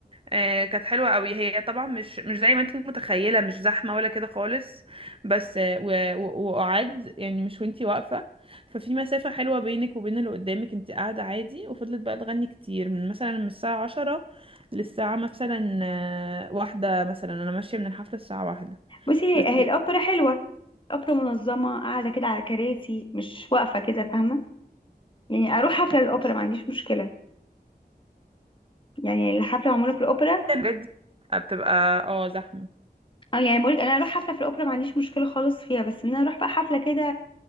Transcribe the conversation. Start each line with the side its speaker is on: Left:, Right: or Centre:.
Right: آه، كانت حلوة قوي هي طبعا مش مش زي ما انت متخيلة مش زحمة ولا كده خالص بس آه، و- و- وقعد يعني مش وانتي واقفة ففي مسافة حلوة بينك وبين اللي قدامك انت قاعدة عادي وفضلت بقى تغني كتير من مثلا من الساعة عشرة للساعة مثلا آه، واحدة مثلا انا ماشية من الحفلة الساعة واحدة
Left: بصي هي
Right: بس
Left: هي الاوبرا حلوه الاوبرا منظمه قاعده كده على كراسي مش واقفه كده فاهمه يعني اروح حفله الاوبرا ما عنديش مشكله يعني الحفلة معمولة في الأوبرا
Right: الحاجات دي بتبقى اه زحمة
Left: أو يعني بقولك أنا أروح حفلة في الأوبرا ما عنديش مشكلة خالص فيها بس إن أنا أروح بقى حفلة كده